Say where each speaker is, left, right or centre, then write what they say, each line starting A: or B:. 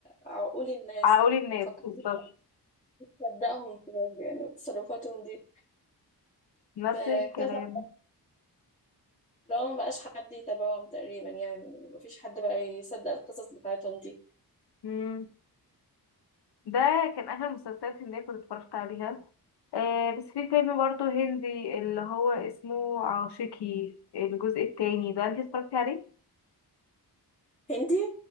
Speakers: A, on the left; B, on the left.
A: عقول الناس
B: عقول الناس
A: مفكرين
B: بالظبط
A: يصدقهم بجد يعني تصرفاتهم دي
B: نفس
A: فكذا
B: الكلام
A: لو ما بقاش حد يتابعهم تقريبا يعني ما فيش حد بقى يصدق القصص بتاعتهم دي
B: مم. ده كان اخر مسلسلات هندية كنت اتفرجت عليها آه بس في فيلم برضه هندي اللي هو اسمه عاشقي الجزء التاني ده انت اتفرجتي عليه
A: هندي